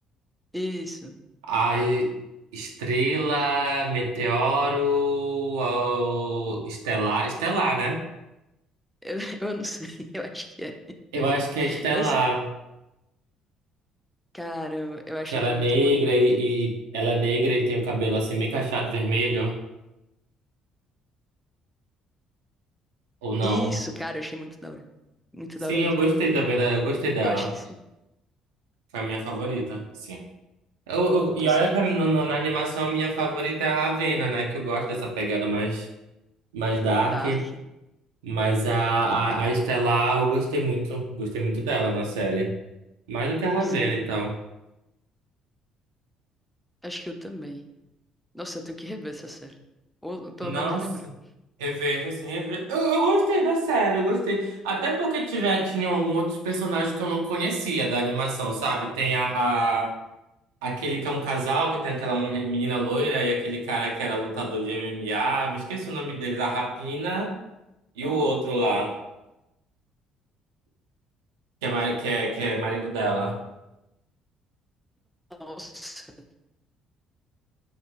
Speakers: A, in the centre; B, on the right.
A: isso.
B: A e- Estrela, Meteoro, a- Estelar. Estelar, né?
A: Eu, <laughs> eu não sei, <laughs> eu acho que é.
B: Eu acho que é Estelar.
A: Eu, sou- caramba, eu acho
B: Que ela
A: ela
B: é
A: muito
B: negra
A: bonita.
B: e, e- ela é negra e tem o cabelo assim bem cacheado vermelho. Ou não?
A: Isso, cara, eu achei muito da hora. Muito
B: Sim,
A: da hora
B: eu
A: mesmo.
B: gostei também, né? Eu gostei dela.
A: Eu acho que sim,
B: Foi a minha favorita. Sim. Eu, eu- e
A: com
B: olha
A: certeza.
B: que no- no- na animação a minha favorita é a Ravena, né? Que eu gosto dessa pegada mais, mais dark.
A: Dark.
B: Mas a, a,
A: <laughs>
B: a Estelar eu gostei muito. Gostei muito dela na série. Mais do que a Ravena
A: Sim,
B: e tal.
A: acho que eu também. Nossa, eu tenho que rever essa série. Ou pelo
B: Nossa,
A: menos lembrar.
B: revejo assim, revejo. Eu, eu gostei da série, eu gostei. Até porque tiver, tinham alguns outros personagens que eu não conhecia da animação, sabe? Tem a, a- aquele que é um casal, que tem aquela mulher- menina loira e aquele cara que era lutador de MMA. Me esqueci o nome dele, da Rapina. E o outro lá, que é, ma- que é, que é marido dela.
A: Nossa.